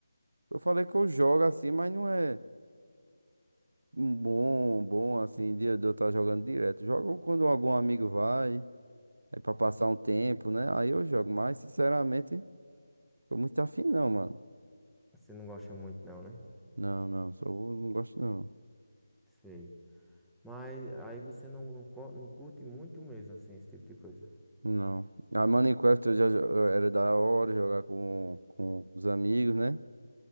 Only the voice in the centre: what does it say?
Você não gosta muito não, né?
Sei. Mas aí você não, não, co- não curte muito mesmo, assim, esse tipo de coisa.